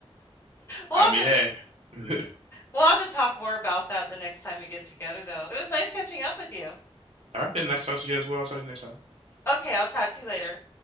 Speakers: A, on the left; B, on the right.
A: We'll
B: I
A: have
B: mean,
A: to
B: hey. <laughs>
A: we'll have to talk more about that the next time we get together though. It was nice catching up with you.
B: All right, then next time to you as well. I'll talk to you next time.
A: Okay, I'll talk to you later.